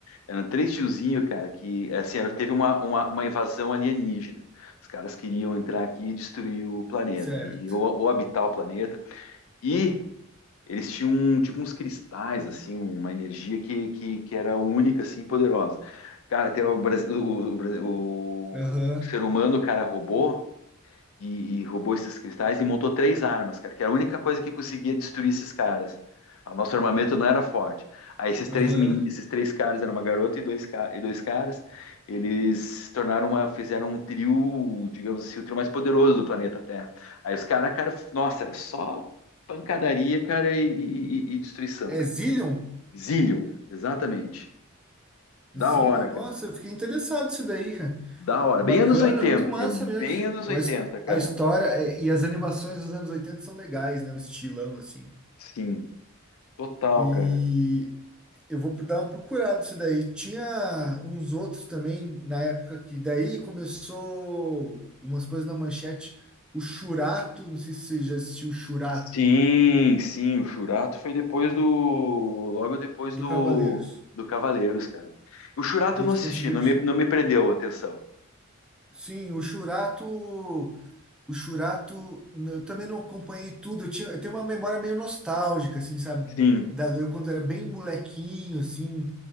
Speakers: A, on the left; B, in the centre.
A: Eram três tiozinho, cara, que, assim, era- teve uma, uma, uma invasão alienígena. Os caras queriam entrar aqui e destruir o planeta,
B: Certo.
A: e, ou, ou habitar o planeta. E eles tinham, um- tipo, uns cristais, assim, uma energia que, que, que era única, assim, e poderosa. Cara, tem o, Brasi- o, o,
B: Aham,
A: o ser humano, cara, robô, e, e roubou esses cristais e montou três armas, cara, que era a única coisa que conseguia destruir esses caras. O nosso armamento não era forte. Aí esses três,
B: aham.
A: meni- esses três caras, era uma garota e dois, ca- e dois caras, eles se tornaram uma, fizeram um trio, digamos assim, o trio mais poderoso do planeta Terra. Aí os caras, cara, nossa, era só pancadaria, cara, e, e- e- e destruição,
B: É
A: cara.
B: Zillion?
A: Zillion, exatamente. Da
B: Zillion,
A: hora,
B: nossa,
A: cara.
B: eu fiquei interessado nisso daí, cara.
A: Da hora.
B: Bacana,
A: Bem anos oitenta.
B: muito massa
A: É bem
B: mesmo.
A: anos
B: A
A: 80,
B: his-
A: cara.
B: a história é- e as animações dos anos 80 são legais, né? O estilão, assim, né?
A: Sim, total,
B: E
A: cara.
B: Eu vou dar uma procurada isso daí. Tinha uns outros também na época que daí começou umas coisas na manchete. O Churato, não sei se você já assistiu o Churato
A: Sim, sim, o Churato foi depois do, logo depois
B: do
A: do,
B: Cavaleiros.
A: do Cavaleiros, cara. O Churato
B: Eles
A: eu não assisti,
B: conseguiram.
A: não me, não me prendeu a atenção.
B: Sim, o Churato. O Churato. Eu também não acompanhei tudo. Eu tinha, eu tenho uma memória meio nostálgica, assim, sabe?
A: Sim,
B: Da, eu quando era bem molequinho, assim.